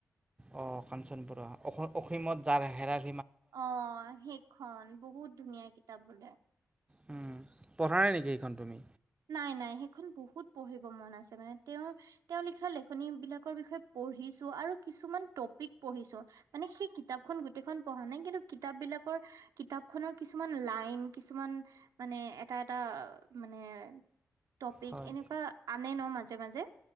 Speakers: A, on the right (about 20°); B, on the right (about 85°).
A: অ, কাঞ্চন বুৰুৱা অ, অসীমত যাৰ হেৰাৰ
B: অ, সেইখন বহুত ধুনীয়া কিতাপ বোলে আ
A: উম, পঢ়া নাই নেকি সেইখন তুমি?
B: নাই, নাই, সেইখন বহুত পঢ়িব মন আছে মানে তেওঁ, তেওঁ লিখা লেখনীবিলাকৰ বিষয়ে পঢ়িছো আৰু কিছুমান টপিক মানে সেই কিতাপ গো পা নাই কিন্তু কিত বিাকৰ কিতাপনৰ কিছুমান লাইন কিছুমান মানে এটা -এটা মানে টপিক
A: হয়।
B: এনেকুৱা আনে ন মে মাজে - মাজে